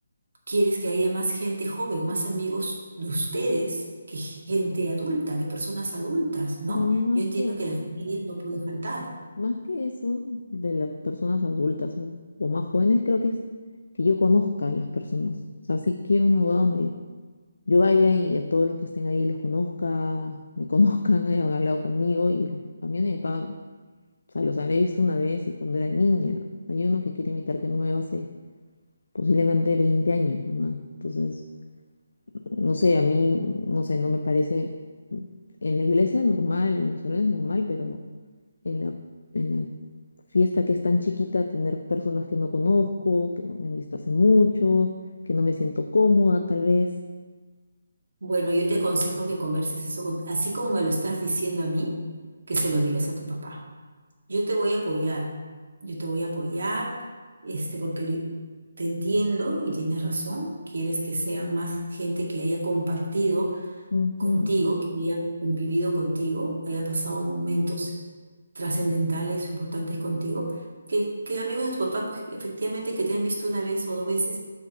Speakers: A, on the right; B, on the left.
A: quieres que haya más gente joven, más amigos de ustedes que gente adulta, que personas adultas, ¿no?
B: o sea, más
A: Yo entiendo
B: que,
A: que la familia no puede faltar.
B: más que eso de las personas adultas o, o más jóvenes, creo que es que yo conozca a las personas. O sea, sí quiero una boda donde yo vaya y a todos los que estén ahí los conozca, me conozcan, <laughs> hayan hablado conmigo. Y los, a mí a mi papá, o sea, los habré visto una vez y cuando era niña. Hay uno que quiere invitar que no veo hace posiblemente 20 años, mamá. Entonces, no sé, a mí, no sé, no me parece en la iglesia normal, en los salones normal, pero en la, en la fiesta que es tan chiquita, tener personas que no conozco, que no me han visto hace mucho, que no me siento cómoda tal vez.
A: Bueno, yo te aconsejo que converses eso con- así como me lo estás diciendo a mí, que se lo digas a tu papá. Yo te voy a apoyar, yo te voy a apoyar, este, porque te entiendo y tienes razón, quieres que sean más gente que haya compartido
B: Ujú,
A: contigo, que haya convivido contigo, haya pasado momentos trascendentales, importantes contigo, que, que amigos de tu papá, pues que efectivamente que te han visto una vez o dos veces,